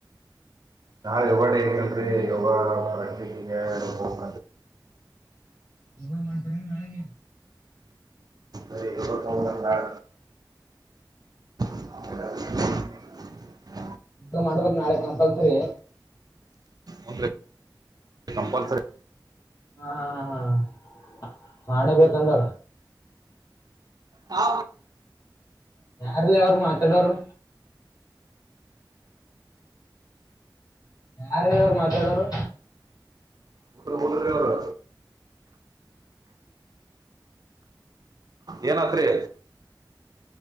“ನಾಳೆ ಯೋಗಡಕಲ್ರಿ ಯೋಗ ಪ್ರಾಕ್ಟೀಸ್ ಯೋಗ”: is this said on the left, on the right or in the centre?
Right